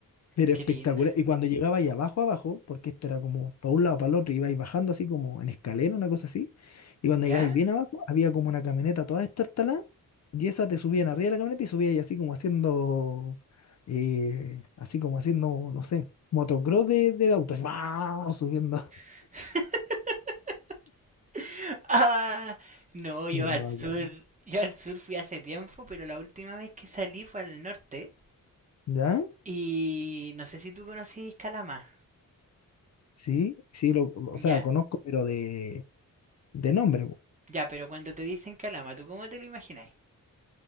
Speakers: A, on the left; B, on the right.
A: Pero
B: qué
A: espectacular.
B: lindo.
A: Y cuando llegaba ahí abajo, abajo, porque esto era como para un lado, para el otro, ibais bajando así como en escalera, una cosa así. Y cuando
B: ¿Ya?
A: llegáis bien abajo, había como una camioneta toda destartalada. Y esa te subían arriba de la camioneta y subíais así como haciendo, eh, así como haciendo, no sé, motocross de, del auto. así, ¡guau! Subiendo.
B: <laughs> Ah, no, yo
A: <laughs> Pero
B: al
A: bacán.
B: sur, yo al sur fui hace tiempo, pero la última vez que salí fue al norte.
A: ¿Ya?
B: Y no sé si tú conocís Calama.
A: Sí, sí, lo, o
B: Ya,
A: sea, conozco, pero de, de nombre. po.
B: ya, pero cuando te dicen Calama, ¿tú cómo te lo imagináis?